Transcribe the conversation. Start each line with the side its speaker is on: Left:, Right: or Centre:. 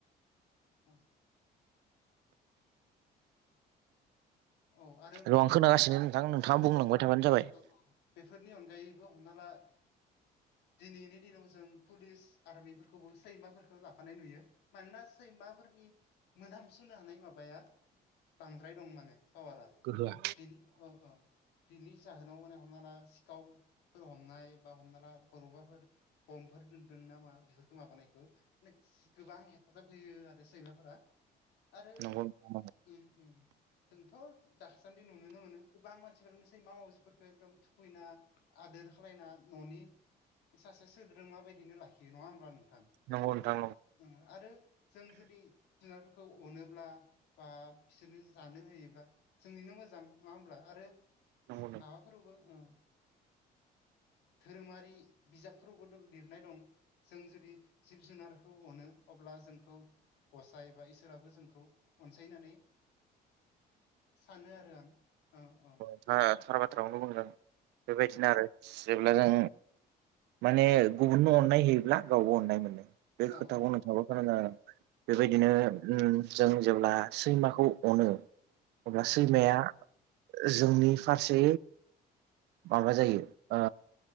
Left: औ औ आरो
Right: र' आं खोनागासिनो नोंथां नोंथाङा
Left: औ औ
Right: बुंलांबाय थाबानो जाबाय।
Left: औ बेफोरनि अनगायैबो हमना ला दिनैनि दिनाव जों पुलिस आर बिफोरखौबो सैमाफोरखौ लाफानाय नुयो। मानोना सैमाफोरनि मोनहामसुनो हानाय माबाया बांद्राय दं माने पावारा
Right: गोहोआ
Left: बेनि अ-अ पिकनि जाहोनाव माने हमना ला सिखावफोर हमनाय बा हमना ला बबेबाफोर बम्बफोर दोनदों ना मा बेफोरखौ माबानायखौ माने गोबां हेफाजाब होयो आरो सैमाफोरा आरो
Right: नंगौ नोंथां
Left: उम उम जोंथ' दाखासान्दि नुुनोनो मोनो गोबां मानसिफोरानो सैमा मावजिफोरखौ एकदम थुखैना आदोर खालायना न'नि सासे सोद्रोमा बायदिनो लाखियो नङा होमब्ला नोंथां?
Right: नंगौ नोंथां
Left: ओं आरो जों जुदि जुनारफोरखौ अनोब्ला बा बिसोरनो जानो होयोब्ला जोंनिनो मोजां नङा होमब्ला आरो
Right: नंगौ नंगौ
Left: माबाफोरावबो ओ धोरोमारि बिजाबफोरावबो लिरनाय दं। जों जुदि जिब जुनारखौ अनो अब्ला जोंखौ गसाइ बा इसोर इसोराबो जोंखौ अनसायनानै सानो आरो आं ओ अ
Right: ओ थार बाथ्राखौनो बुंदों बेबायदिनो आरो जेब्ला जों माने गुबुननो अननाय होयोब्ला गावबो अननाय मोनो। बे खोथाखौ
Left: औ नंगौ
Right: नोंथांङाबो गोनां जागोन बेबायदिनो
Left: औ
Right: उम जों जेब्ला सैमाखौ अनो अब्ला सैमाया
Left: औ
Right: जोंनि फारसे माबा जायो ओ